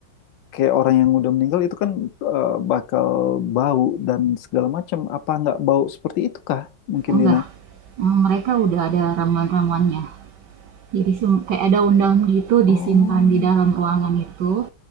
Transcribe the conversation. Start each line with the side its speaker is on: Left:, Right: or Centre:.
Left: kayak orang yang udah meninggal itu kan eh, bakal bau dan segala macam apa nggak bau seperti itu kah mungkin
Right: Enggak,
Left: Dina?
Right: Mm, mereka udah ada ramuan-ramuannya. Jadi sem kayak ada daun gitu
Left: Oh.
Right: disimpan di dalam ruangan itu,